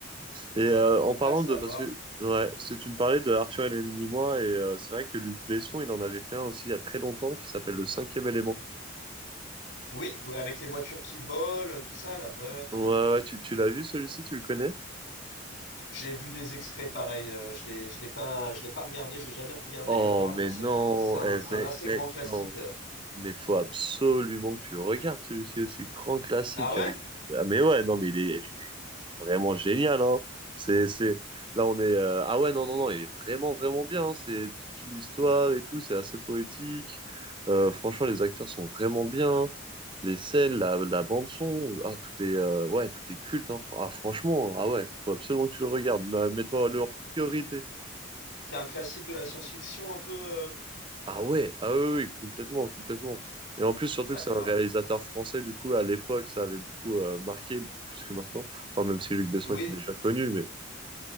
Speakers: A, on the right; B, on the left.
A: Et euh, en
B: On peut
A: parlant
B: Pas le savoir.
A: de... Parce que ouais, c'est tu me parlais de Arthur et les Minimois, et euh, c'est vrai que Luc Besson, il en avait fait un aussi il y a très longtemps qui s'appelle Le Cinquième Élément.
B: Oui, ouais, avec les voitures qui volent, tout ça, là. Ouais, ouais.
A: Ouais, ouais, tu, tu l'as vu celui-ci, tu le connais?
B: J'ai vu des extraits pareils. euh, je l'ai, je l'ai pas, je l'ai pas regardé, je l'ai jamais regardé,
A: Oh,
B: mais apparemment,
A: mais
B: c'est
A: non,
B: un, c'est un,
A: eh,
B: c'est
A: mais,
B: un assez
A: mais
B: grand classique.
A: non. Mais faut absolument que tu le regardes, celui-ci aussi. Grand classique
B: Ah ouais?
A: avec. Ah, mais ouais, non, mais il est, il est vraiment génial, hein. C'est, c'est... Là, on est. euh, Ah ouais, non, non, non, il est vraiment, vraiment bien. hein. C'est toute une histoire et tout. C'est assez poétique. Euh, franchement, les acteurs sont vraiment bien. Les scènes, la, la bande-son, ah, tout est, euh, ouais, tout est culte. hein. Ah, franchement, ah ouais, faut absolument que tu le regardes. Mais- Mets-toi le en priorité.
B: C'est un classique de la science-fiction un peu, heu?
A: Ah ouais, ah oui, oui, complètement, complètement. Et en plus, surtout
B: D'accord,
A: que c'est un réalisateur
B: bah, enfin
A: français, du coup, à l'époque, ça avait beaucoup euh, marqué, beaucoup plus que maintenant. Enfin, même si Luc Besson
B: oui,
A: était déjà connu, mais